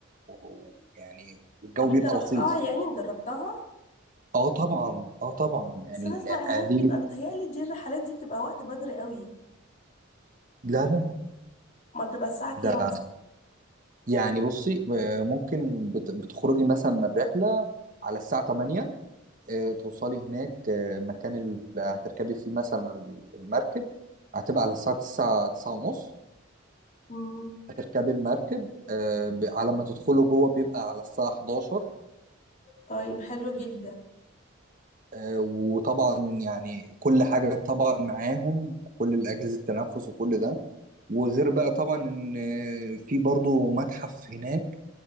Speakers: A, on the right; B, on the left.
A: و... و- يعني الجو
B: طب انت
A: بيبقى
B: رحتها
A: لطيف
B: يعني جربتها
A: اه طبعا اه طبعا يعني
B: بس انا
A: يعني
B: اسمع ان هي بتبقى
A: دي
B: بتهيألي دي الرحلات دي بتبقى وقت بدري قوي
A: لا لا لا
B: ما بتبقى الساعة
A: ده
B: كام
A: يعني بصي آه، ممكن بت- بتخرجي مثلا من الرحلة على الساعة 8 آه، توصلي هناك آه، مكان اللي هتركبي فيه مثلا ال- المركب هتبقى على الساعة 9 9 ونص
B: مم.
A: هتركبي المركب آه، ب- على ما تدخلوا جوه بيبقى على الساعة 11
B: طيب حلو جدا
A: آه، وطبعا يعني كل حاجة طبعا معاهم كل الأجهزة التنفس وكل ده وغير بقى طبعا إن آه، في برضو متحف هناك